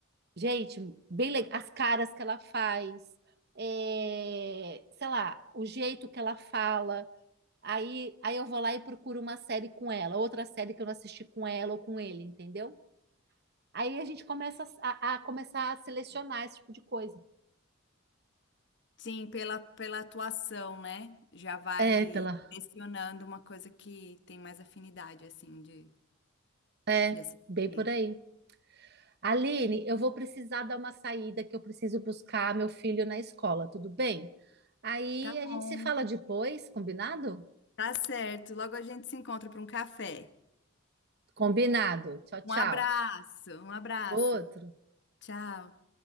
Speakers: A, on the right; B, on the left.
A: Gente, bem legal. As caras que ela faz, é, sei lá, o jeito que ela fala. Aí, aí eu vou lá e procuro uma série com ela, outra série que eu não assisti com ela ou com ele, entendeu? Aí a gente começa a, a começar a selecionar esse tipo de coisa.
B: Sim, pela, pela atuação, né? Já vai
A: É, pela.
B: direcionando uma coisa que tem mais afinidade, assim, de.
A: É,
B: de assistir.
A: Bem por aí. Aline, eu vou precisar dar uma saída que eu preciso buscar meu filho na escola, tudo bem? Aí
B: Tá bom,
A: a gente se fala depois, combinado?
B: tá certo. Logo a gente se encontra para um café.
A: Combinado. Tchau,
B: Um
A: tchau.
B: abraço, um abraço.
A: Outro.
B: Tchau.